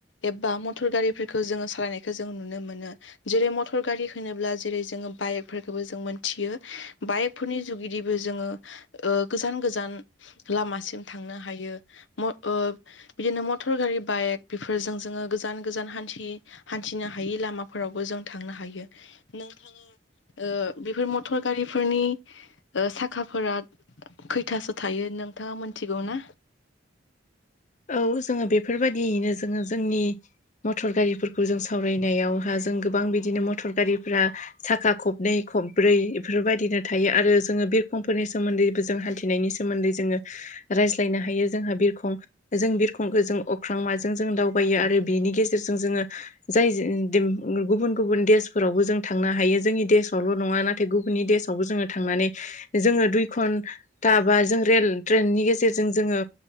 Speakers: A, on the left (about 80°); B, on the left (about 40°).
A: एबा मटर गारिफोरखौ जोङो सालायनायखौ जों नुनो मोनो जेरै मटर गारि होनोब्ला जेरै जोङो बाइकफोरखौबो जों मोनथियो बाइकफोरनि जुगिदिबो जोङो गोजान गोजान लामासिम थांनो हायो बिदिनो मटर गारि बाइक बेफोरजों जोङो गोजान गोजान हान्थि हान्थिनो हायै लामाफोरावबो जों थांनो हायो नोंथाङा ओ बेफोर मटर गारिफोरनि ओ साखाफोरा खैथासो थायो नोंथाङा मोनथिगौ ना
B: औ जोङो बेफोरबायदियैनो जोङो जोंनि मटर गारिफोरखौ जों सावरायनायावहा जों गोबां बिदिनो मटर गारिफोरा साखा खब नै खब्रै बेफोरबायदिनो थायो आरो जोङो बिरखंफोरनि सोमोन्दै जों हान्थिनायनि सोमोन्दै जोङो रायज्लायनो हायो जोंहा बिरखं जों बिरखंखौ जों अख्रां माजों जों दावबायो आरो बिनि गेजेरजों जोङो जाय गुबुन गुबुन देशफोरावबो जों थांनो हायो जोंनि देशावल' नङा नाथाय गुबुननि देशावबो जोङो थांनानै जोङो दुइ घन दाबा जों रेल ट्रेननि गेजेरजों जोङो